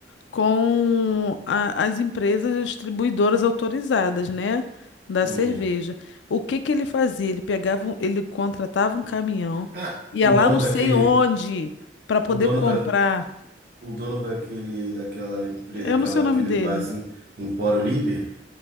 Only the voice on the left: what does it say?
com a- as empresas distribuidoras autorizadas, né, da
cerveja. O que que ele fazia? Ele pegava, um- ele contratava um caminhão,
ia
lá
não
sei onde para poder
comprar.
Eu
não sei o
nome dele.